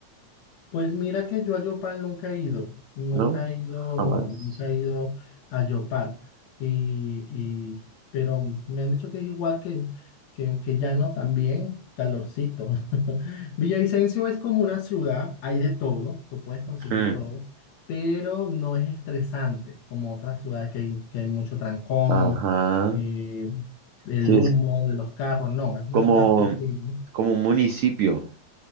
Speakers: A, on the left; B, on the right.
A: Pues mira que yo a Yopal nunca he ido, nunca
B: ¿no?
A: he ido,
B: Jamás.
A: no, nunca he ido a Yopal. Y, y- pero me han dicho que es igual que, que, que Llano también, calorcito. <laughs> Villavicencio es como una ciudad, hay de todo, tú puedes conseguir
B: Hmm,
A: todo, pero no es estresante como otras ciudades que hay, que hay mucho trancón,
B: Ajá.
A: eh, el
B: Sí,
A: humo de los carros, no, es una
B: como,
A: ciudad pequeña
B: como un municipio.